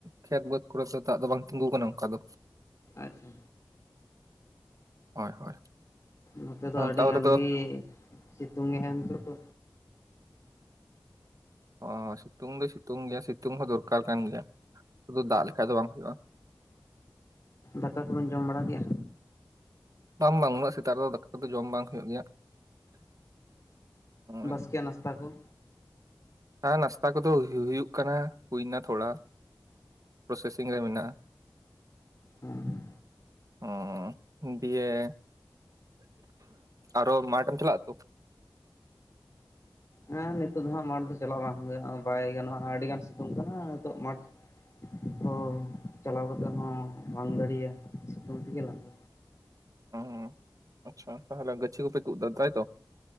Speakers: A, on the right (about 45°); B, on the left (about 40°).
A: ᱠᱷᱮᱛ ᱵᱟᱹᱫᱽ ᱠᱚᱨᱮ ᱫᱚ ᱫᱟᱜ ᱫᱚ ᱵᱟᱝ ᱛᱤᱸᱜᱩ ᱟᱠᱟᱱᱟ ᱚᱱᱠᱟ ᱫᱚ
B: ᱟᱪᱪᱷᱟ
A: ᱦᱳᱭ ᱦᱳᱭ
B: ᱱᱚᱛᱮ ᱫᱚ ᱟᱹᱰᱤ
A: ᱛᱟᱣ
B: ᱜᱟᱱ
A: ᱨᱮᱫᱚ
B: ᱜᱮ ᱥᱤᱛᱩᱝ ᱮᱜᱼᱟ ᱱᱤᱛᱚᱜ ᱫᱚ᱾
A: ᱚ ᱥᱤᱛᱩᱝ ᱫᱚ ᱥᱤᱛᱩᱝ ᱜᱮᱭᱟ ᱥᱤᱛᱩᱝ ᱦᱚᱸ ᱫᱚᱨᱠᱟᱨ ᱠᱟᱱ ᱜᱮᱭᱟ, ᱥᱩᱫᱩ ᱫᱟᱜ ᱞᱮᱠᱷᱟᱡ ᱫᱚ ᱵᱟᱝ ᱦᱩᱭᱩᱜᱼᱟ᱾
B: ᱫᱟᱠᱟ ᱠᱚᱵᱮᱱ ᱡᱚᱢ ᱵᱟᱲᱟ ᱠᱮᱜᱼᱟ?
A: ᱵᱟᱝ ᱵᱟᱝ ᱩᱱᱟᱹᱜ ᱥᱮᱛᱟᱜ ᱨᱮᱫᱚ ᱫᱟᱠᱟ ᱠᱚ ᱫᱚ ᱡᱚᱢ ᱵᱟᱝ ᱦᱩᱭᱩᱜ ᱜᱮᱭᱟ᱾ ᱱᱚᱜᱼᱚᱭ
B: ᱵᱟᱥᱠᱮᱭᱟᱜ ᱱᱟᱥᱛᱟ ᱠᱚ?
A: ᱦᱮᱸ ᱱᱟᱥᱛᱟ ᱠᱚᱫᱚ ᱦᱩᱭᱩᱜ ᱠᱟᱱᱟ ᱦᱩᱭ ᱮᱱᱟ ᱛᱷᱚᱲᱟ᱾ ᱯᱨᱚᱥᱮᱥᱤᱝ ᱨᱮ ᱢᱮᱱᱟᱜᱼᱟ᱾
B: ᱦᱮᱸ
A: ᱚᱻ ᱫᱤᱭᱮ ᱟᱨᱚ ᱢᱟᱴᱷ ᱮᱢ ᱪᱟᱞᱟᱜᱼᱟ ᱛᱚ?
B: ᱦᱮᱸ ᱱᱤᱛᱚᱜ ᱫᱚ ᱦᱟᱸᱜ ᱢᱟᱴᱷ ᱫᱚ ᱪᱟᱞᱟᱜ ᱵᱟᱝ ᱦᱩᱭᱩᱜᱼᱟ ᱵᱟᱭ ᱜᱟᱱᱚᱜᱼᱟ, ᱟᱹᱰᱤᱜᱟᱱ ᱥᱤᱛᱩᱝ ᱠᱟᱱᱟ ᱱᱤᱛᱚᱜ ᱢᱟᱴᱷ ᱚ ᱪᱟᱞᱟᱣ ᱠᱟᱛᱮᱜ ᱦᱚᱸ ᱵᱟᱝ ᱫᱟᱲᱤᱭᱟ ᱥᱤᱛᱩᱝ ᱛᱮᱜᱮ ᱞᱟᱸᱜᱟ᱾
A: ᱚ ᱟᱪᱪᱷᱟ ᱛᱟᱦᱞᱮ ᱜᱟᱹᱪᱷᱤ ᱠᱚᱯᱮ ᱛᱩᱜ ᱫᱟ ᱛᱟᱭᱛᱚ?